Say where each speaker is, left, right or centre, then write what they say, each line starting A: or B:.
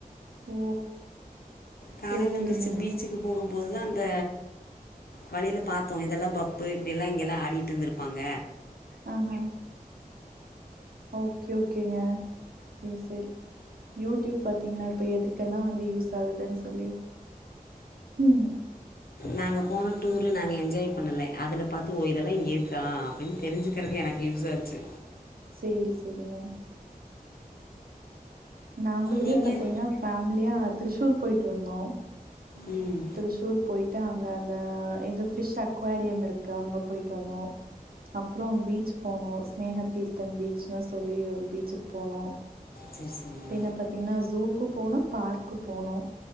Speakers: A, on the right (about 80°); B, on the left (about 85°).
A: ஓ
B: காலையில
A: சேரி சேரிங்க
B: எந்துருச்சு பீச்சுக்கு போகும்போதுதா அந்த வழில பாத்தோ இதெல்லா பப்பு இப்டில்லா இங்கெல்லா ஆடிட்ருந்திருப்பாங்க
A: ஆஹ ஓகே ஓகேங்க சேர் செரி யூடியூப் பாத்தீங்களா இப்போ எதுக்கெல்லா வந்து யூஸ் ஆகுதுன்னு சொல்லி ம்
B: நாங்க போன டூரு நாங்க எஜ்ஜாய் பண்ணல அதுல பாத்து ஓ இதெல்லா இருக்கா அப்டின் தெரிஞ்சுக்கறக்கு எனக்கு யூஸ் ஆச்சு
A: சேரி சேரிங்க நாங்களுமே
B: நீங்கள்
A: பாத்தீங்னா ஃபேம்லியா த்ரிச்சூர் போய்ட்டு வந்தோ
B: ம்
A: திர்சூர் போயிட்டு அங்க அந்த இது ஃபிஷ் அக்வாடியம் இருக்கு அங்க போயிட்டு வந்தோ அப்றோ பீச் போனோ ஸ்னேக தீர்த்தம் பீச்ன்னு சொல்லி ஒரு பீச்சுக்கு போனோ
B: சரி சரிங்க
A: பின பத் பாத்தீங்னா ஜூக்கு போனோ பார்க்கு போனோ